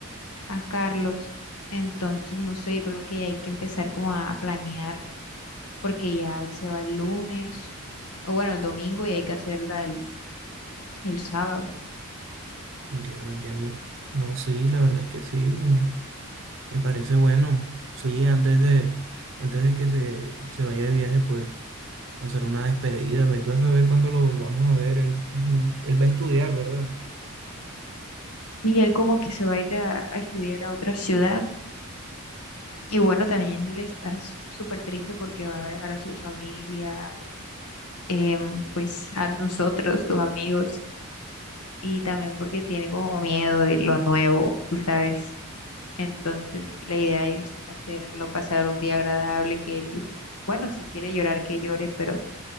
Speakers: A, on the left; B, on the right.
A: a Carlos, entonces no sé, yo creo que hay que empezar como a planear porque ya él se va el lunes, o bueno, el domingo y hay que hacerla el, el sábado.
B: Entiendo, entiendo. No, sí, la verdad es que sí, me, me parece bueno. Sí, antes de, antes de que se, se vaya de viaje, pues hacer una despedida. Ve tú a saber cuándo lo volvamos a ver. Él, mm, él va a estudiar, ¿verdad?
A: Y él como que se va a ir a, a estudiar a otra ciudad. Y bueno, también él está s- súper triste porque va a dejar a su familia, em, pues a nosotros, sus amigos, y también porque tiene como miedo de lo nuevo, tú sabes. Entonces, la idea es hacerlo pasar un día agradable, que él, bueno, si quiere llorar, que llore, pero